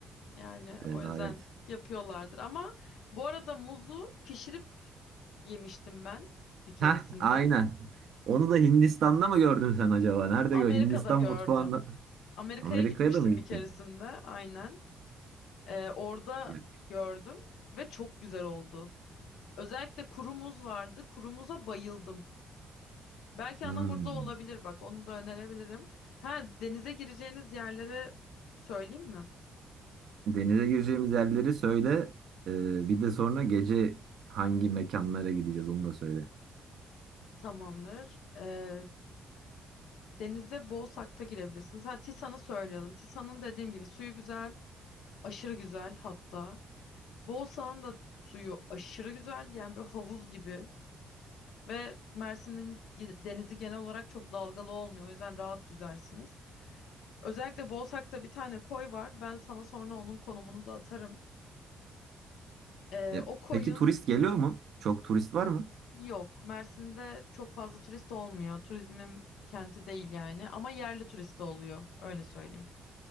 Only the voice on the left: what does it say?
Yani
o yüzden yapıyorlardır. Ama bu arada muzu pişirip yemiştim ben bir keresinde.
Amerika'da
gördüm.
Amerika'ya
gitmiştim
bir keresinde aynen. Ee, orada
gördüm ve çok güzel oldu. Özellikle kurumuz vardı. Kurumuza bayıldım. Belki
Anamur'da olabilir bak onu da önerebilirim. Ha denize gireceğiniz yerleri söyleyeyim mi?
Tamamdır. Ee, denize Boğsak'ta girebilirsiniz. Ha Tisan'ı söylüyordum. Tisan'ın dediğim gibi suyu güzel, aşırı güzel hatta. Boğsak'ın da suyu aşırı güzel. Yani bir havuz gibi. Ve Mersin'in ge- denizi genel olarak çok dalgalı olmuyor. O yüzden rahat yüzersiniz. Özellikle Boğsak'ta bir tane koy var. Ben sana sonra onun konumunu da atarım. Ee,
o koyun
yok. Mersin'de çok fazla turist olmuyor. Turizmin kenti değil yani. Ama yerli turist oluyor. Öyle söyleyeyim.